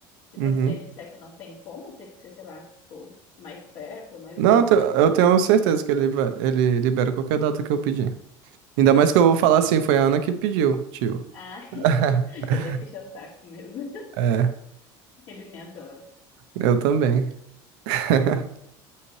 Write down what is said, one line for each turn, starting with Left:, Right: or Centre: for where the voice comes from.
Left: tipo,
Right: Uhum.
Left: se ele disser que não tem como, tem que ser, sei lá, tipo, mais perto ou mais
Right: Não,
Left: longe,
Right: eu te-
Left: a gente,
Right: eu tenho certeza que ele, vai- ele libera qualquer data que eu pedir. Ainda
Left: tu acha?
Right: mais que eu vou falar assim, foi a Ana que pediu, tio.
Left: Ah, <laughs>
Right: <laughs>
Left: ele é puxa-saco mesmo. <laughs>
Right: É,
Left: Ele me adora.
Right: eu também. <laughs>